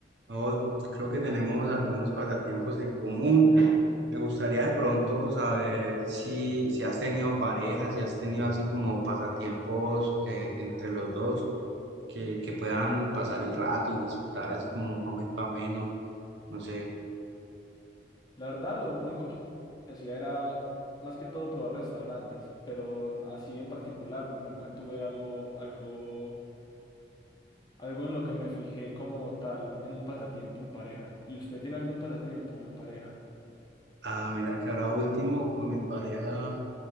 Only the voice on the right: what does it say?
No, creo que tenemos algunos pasatiempos en común. Me gustaría de pronto saber si, si has tenido pareja, si has tenido así como pasatiempos eh, entre los dos. que, que puedan pasar el rato y disfrutar así como un momento ameno, no sé.
Ah, mira que ahora último con mi pareja